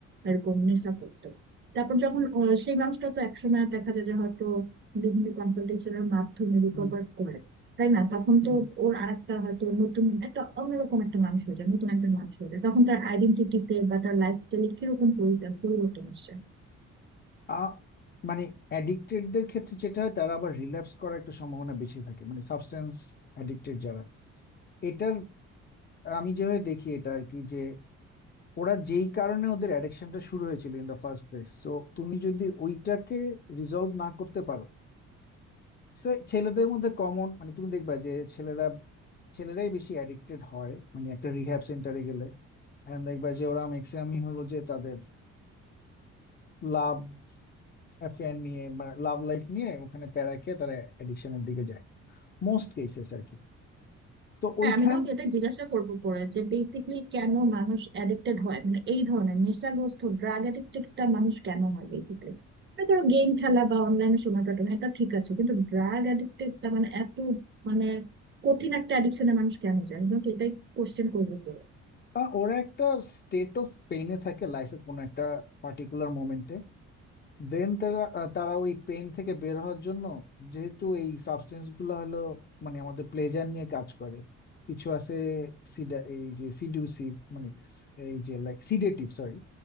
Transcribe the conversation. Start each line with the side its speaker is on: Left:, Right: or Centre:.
Right: এরকম নেশা করতো তারপর যখন ও- সেই মানুষটা তো একসময় দেখা যায় যে হয়তো বিভিন্ন কনসালটেশনের মাধ্যমে রিকভার
Left: হুম
Right: করে তাই না তখন
Left: হুম
Right: তো ওর আরেকটা হয়তো নতুন একটা অন্যরকম একটা মানুষ হয়ে যায় নতুন একটা মানুষ হয়ে যায় তখন তার আইডেন্টিটিতে বা তার লাইফস্টাইলে কিরকম পরি- পরিবর্তন আসে
Left: আ মানে অ্যাডিক্টেডদের ক্ষেত্রে যেটা হয় তারা আবার রিল্যাপস করার একটা সম্ভাবনা বেশি থাকে মানে সাবস্টেন্স অ্যাডিক্টেড যারা এটার আমি যেভাবে দেখি এটা আর কি যে ওরা যেই কারণে ওদের অ্যাডিকশনটা শুরু হয়েছিল in the first place so তুমি যদি ওইটাকে রিজলভ না করতে পারো সে ছেলেদের মধ্যে কমন মানে তুমি দেখবা যে ছেলেরা ছেলেরাই বেশি অ্যাডিক্টেড হয় মানে একটা রিহ্যাব সেন্টারে গেলে এন্ড দেখবা যে ওরা ম্যাক্সিমামই হলো যে তাদের লাভ অ্যাফেয়ার নিয়ে বা লাভ লাইফ নিয়ে ওখানে প্যারা খেয়ে তারা অ্যাডিকশনের দিকে যায় মোস্ট কেসেস আর কি তো
Right: হ্যাঁ
Left: ওইখান
Right: আমি তোমাকে এটা জিজ্ঞাসা করবো করে যে বেসিকলি কেন মানুষ অ্যাডিক্টেড হয় মানে এই ধরনের নেশাগ্রস্ত ড্রাগ অ্যাডিক্টেডটা মানুষ কেন হয় বেসিকলি ধরো গেম খেলা বা অনলাইনে সময় কাটানো এটা ঠিক আছে কিন্তু ড্রাগ অ্যাডিক্টেডটা মানে এত মানে কঠিন একটা অ্যাডিকশনে মানুষ কেন যায় আমি তোমাকে এটাই কোশ্চেন করবো তো
Left: আহ, ওরা একটা স্টেট অফ পেইনে থাকে লাইফে কোনো একটা পার্টিকুলার মোমেন্টে দেন তারা আহ, তারা ওই পেইন থেকে বের হওয়ার জন্য যেহেতু এই সাবস্টেন্স গুলো হলো মানে আমাদের প্লেজার নিয়ে কাজ করে কিছু আছে সিডা এই যে সিডিউসিভ মানে এই যে লাইক সিডেটিভ সরি